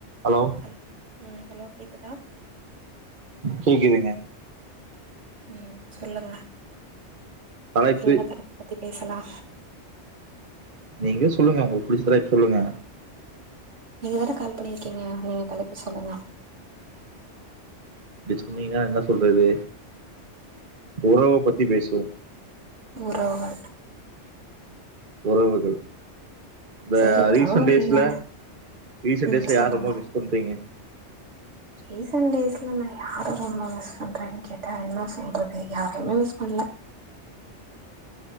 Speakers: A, on the right; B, on the right.
A: Hello
B: ம் ம் hello கேக்குதா
A: கேக்குதுங்க
B: உம் சொல்லுங்க
A: தலைப்பு
B: என்னத்த பத்தி பேசலா
A: நீங்களே சொல்லுங்க உங்களுக்கு புடிச்ச தலைப்பு சொல்லுங்க
B: நீங்க வேற கால் பண்ணிருக்கீங்க நீங்க தலைப்பு சொல்லுங்க
A: டிஸ்கோ மாறிதா என்னா சொல்றது உறவ பத்தி பேசுவோ
B: உறவு
A: உறவுகள் இந்த
B: சேரி உறவுகள்
A: ரீசன்ட் டேஸ்ல
B: இல்ல
A: ரீசன்ட்
B: ம்
A: டேஸ்ல
B: சொல்லுங்க
A: யார் ரொம்ப மிஸ் பண்றீங்க
B: ரீசன்ட் டேஸ்ல நா யார ரொம்ப மிஸ் பண்றேன்னு கேட்டா என்ன சொல்றது யாரையுமே மிஸ் பண்ணல